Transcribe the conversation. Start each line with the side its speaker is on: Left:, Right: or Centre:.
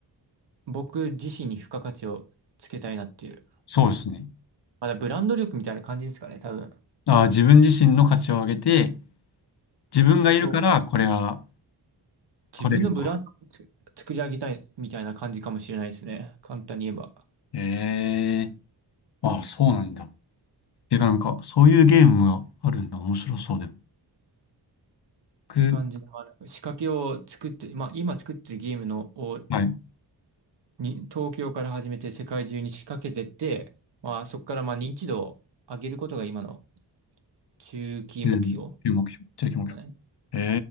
Right: 僕自身に付加価値をつけたいなっていう、
Left: そうですね。
Right: まだブランド力みたいな感じですかね、多分。
Left: ああ、自分自身の価値を上げて、自分がいるから、
Right: そう、
Left: これは、
Right: 自分のブランドをつ作り上げたいみたいな感じかもしれないですね、
Left: これは。
Right: 簡単に言えば。っ
Left: ええ、ああ、そうなんだ。てか、なんか、そういうゲームがあるんだ。面白そうで。僕、
Right: ていう感じで、まあ、なんか仕掛けを作って、まあ、今作ってるゲームのを
Left: はい。
Right: に、東京から始めて世界中に仕掛けてって、まあそこからまあ認知度を上げることが今の中期目標
Left: うん中期目標、中期目標。
Right: だね。
Left: へ